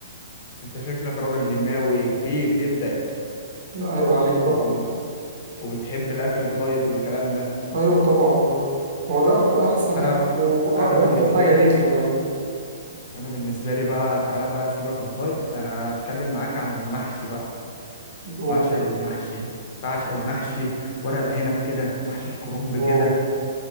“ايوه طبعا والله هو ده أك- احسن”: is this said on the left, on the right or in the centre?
Right